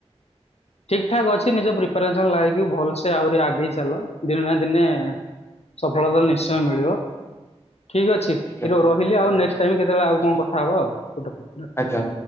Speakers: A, on the left; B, on the left.
A: ଠିକ ଠିକ ଠାକ ଅଛି ନିଜ ପ୍ରିପାରେସନ ଲାଗି ଭଲସେ ଆହୁରି ଆଗେଇ ଚାଲ ଦିନେ ନା ଦିନେ ସଫଳତା ନିଶ୍ଚୟ ମିଳିବ। ଠିକ ଅଛି
B: ଆଜ୍ଞା
A: ହିରୋ ରହିଲି ଆଉ
B: ଆଜ୍ଞା
A: ନେକ୍ସଟ
B: ଆଜ୍ଞା
A: ଟାଇମ କେତେବେଳେ ଆଉ
B: ଆଜ୍ଞା
A: କଣ କଥା ହବା ଆଉ।
B: ଆଜ୍ଞା।